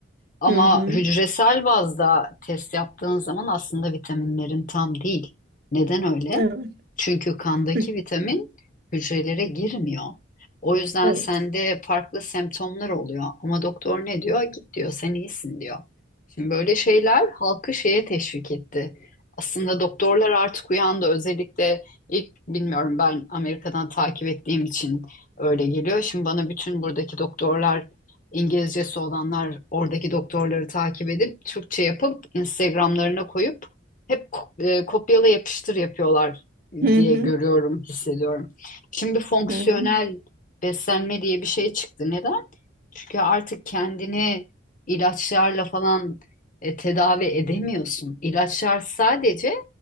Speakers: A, on the left; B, on the right.
A: Ama
B: Hı hı.
A: hücresel bazda test yaptığın zaman aslında vitaminlerin tam değil. Neden öyle?
B: Evet.
A: Çünkü kandaki
B: Hü-
A: vitamin hücrelere girmiyor. O yüzden
B: Evet.
A: sende farklı semptomlar oluyor. Ama doktor ne diyor? Git diyor, sen iyisin diyor. Şimdi böyle şeyler halkı şeye teşvik etti. Aslında doktorlar artık uyandı. Özellikle ilk bilmiyorum ben Amerika'dan takip ettiğim için öyle geliyor. Şimdi bana bütün buradaki doktorlar İngilizcesi olanlar oradaki doktorları takip edip Türkçe yapıp Instagram'larına koyup hep ko- e, kopyala yapıştır yapıyorlar
B: Hı
A: diye
B: hı.
A: görüyorum, hissediyorum. Şimdi fonksiyonel
B: Hı hı.
A: beslenme diye bir şey çıktı. Neden? Çünkü artık kendini ilaçlarla falan e, tedavi edemiyorsun. İlaçlar sadece